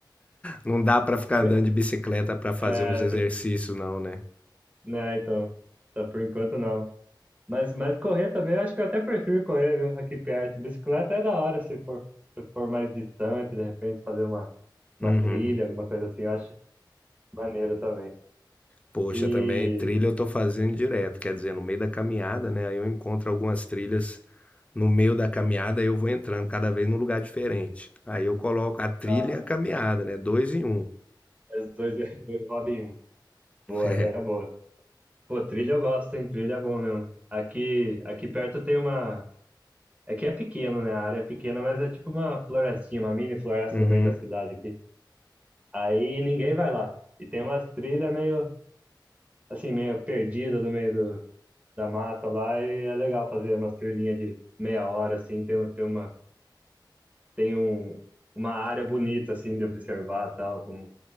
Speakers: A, on the left; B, on the right.
A: não dá pra ficar
B: <laughs>
A: andando de bicicleta pra fazer
B: É,
A: uns exercícios,
B: tá-
A: não, né?
B: né, então, tá por enquanto não. Mas, mas correr também, eu acho que eu até prefiro correr, viu, aqui perto. Bicicleta é da hora se for, se for mais distante, de repente fazer uma, uma
A: Uhum.
B: trilha, alguma coisa assim, eu acho maneiro também.
A: Poxa,
B: E
A: também trilha eu tô fazendo direto, quer dizer, no meio da caminhada, né? Aí eu encontro algumas trilhas no meio da caminhada, aí eu vou entrando cada vez num lugar diferente. Aí eu coloco a trilha
B: Da hora.
A: e a caminhada, né? Dois em um.
B: Os dois, <laughs> dois rodam em um.
A: <laughs>
B: Boa,
A: É.
B: aí é boa. Pô, trilha eu gosto, hein? Trilha é bom mesmo. Aqui, aqui perto tem uma. É que é pequeno, né? A área é pequena, mas é tipo uma florestinha, uma mini floresta
A: Uhum.
B: no meio da cidade aqui. Aí ninguém vai lá. E tem umas trilhas meio, assim, meio perdida no meio do, da mata lá. E é legal fazer umas trilhinhas de meia hora, assim. Tem, um tem uma, tem um, uma área bonita, assim, de observar tal. Com,